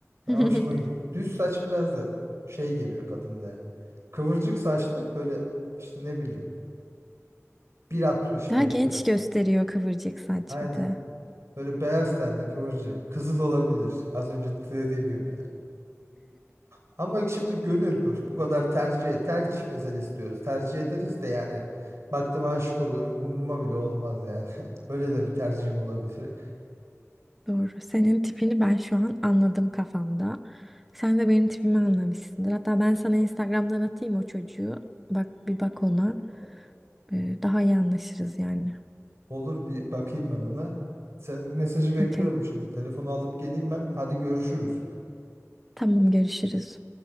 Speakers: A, on the right; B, in the centre.
A: Ben
B: <laughs>
A: hoşuma gidiyor. Düz saç biraz da şey geliyor kadında ya. Kıvırcık saçlı böyle işte ne bileyim bir altmış
B: Daha
A: beş
B: genç
A: mi?
B: gösteriyor kıvırcık saç
A: Aynen.
B: bir de.
A: Böyle beyaz tenli kıvırcık. Kızıl olabilir. Az önce dediğim gibi. <laughs> Ama şimdi gönül bu, bu kadar tercih tercih meselesi diyoruz. Tercih ederiz de yani baktım aşık oluyorum umruma bile olmaz yani. <laughs> Öyle de bir tercihim olabilir.
B: Doğru. Senin tipini ben şu an anladım kafamda. Sen de benim tipimi anlamışsındır. Hatta ben sana Instagram'dan atayım o çocuğu. Bak bir bak ona.
A: O-
B: Ee, daha iyi anlaşırız yani.
A: Olur bir bakayım ben ona. Sen mesajı bekliyorum
B: Okey.
A: şimdi. Telefonu alıp geleyim ben. Hadi görüşürüz.
B: Tamam görüşürüz.